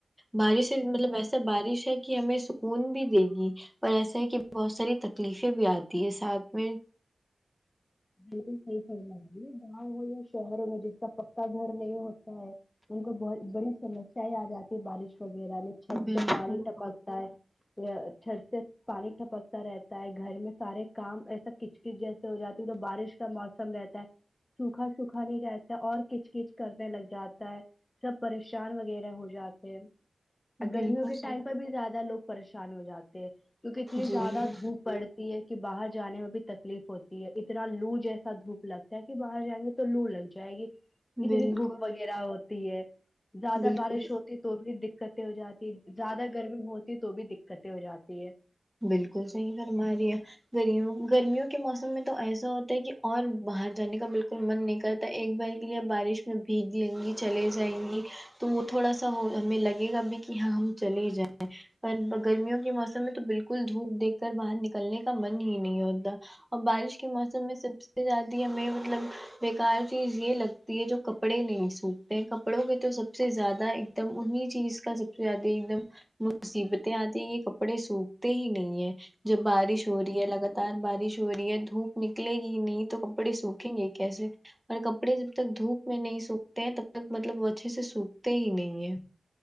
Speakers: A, in the centre; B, on the left.
A: بارش ہے مطلب ایسا بارش ہے کہ ہمیں سکون بھی دے گی پر ایسا ہے کہ بہت ساری تکلیفیں بھی آتی ہے ساتھ میں
B: بالکل صحیح فرما یہ گاؤں ہو شہروں میں جس کا پکا گھر نہیں ہوتا ہے ان کو بہت بڑی سمسیا آ جاتی ہے بارش وغیرہ میں چھت
A: بالکل
B: سے پانی ٹپکتا ہے یا چھت سے پانی ٹپکتا رہتا ہے گھر میں سارے کام ایسا کچ کچ جیسے ہو جاتا جب بارش کا موسم رہتا ہے سوکھا سوکھا نہیں رہتا اور کچ کچ کرنے لگ جاتا ہے سب پریشان وغیرہ ہو جاتے ہیں گرمیوں
A: بالکل
B: کے
A: صحیح
B: ٹائم پر بھی زیادہ لوگ پریشان ہو جاتے کیونکہ اتنی
A: جی
B: زیادہ دھوپ پڑتی ہے کہ باہر جانے میں بھی تکلیف ہوتی ہے اتنا لو جیسا دھوپ لگتا ہے کہ باہر جائیں گے تو لو لگ جائے گی اتنی
A: بالکل
B: دھوپ وغیرہ ہوتی ہے زیادہ
A: بالکل
B: بارش ہوتی تو بھی دکتیں ہو جاتی ہے زیادہ گرمی ہوتی تو بھی دکتیں ہو جاتی ہے
A: بالکل صحیح فرما رہی ہے گرمیوں گرمیوں کے موسم میں تو ایسا ہوتا ہے کہ اور باہر جانے کا بالکل من نہیں کر ایک بار کے لیے بارش میں بھیگ دیں گی چلے جائیں گی تو وہ تھوڑا سا وہ ہمیں لگے گا بھی کہ ہاں ہم چلے جائیں پر گرمیوں کے موسم میں تو بال کل دھوپ دیکھ کر باہر نکلنے کا من ہی نہیں ہوتا اور بارش کے موسم میں سب سے جاتی ہے میں مطلب بیکار چیز یہ لگتی ہے جو کپڑے نہیں سوکھتے ہیں کپڑوں کے تو سب سے زیادہ ایک دم انہیں چیز کا سب سے زیادہ ایک دم مصیبتیں آتی یہ کپڑے سوٹ ہی نہیں ہے جب بارش ہو رہی ہے لگات ار بارش ہو رہی ہے دھوپ نکلے گی نہیں تو کپڑے سوکھیں گے کیسے اور کپڑے جب تک دھوپ میں نہیں سوکھتے ہیں تب تک مطلب وہ اچھے سے سوکھتے ہی نہیں ہے